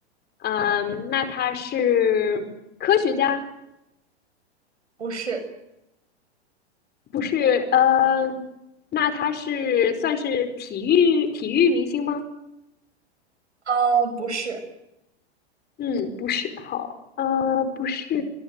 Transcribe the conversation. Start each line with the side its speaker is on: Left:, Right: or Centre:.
Left: 嗯、那他是科学家？
Right: 不是，
Left: 不是，呃，那他是算是体育体育明星吗？
Right: 呃，不是，
Left: 嗯，不是好，呃，不是